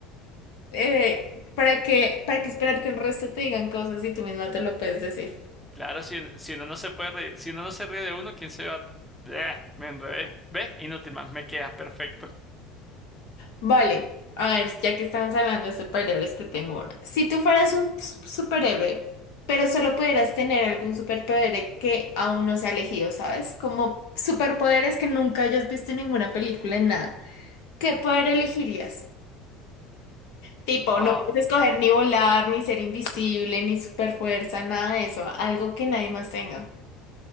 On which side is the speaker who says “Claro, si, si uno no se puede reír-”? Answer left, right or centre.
Centre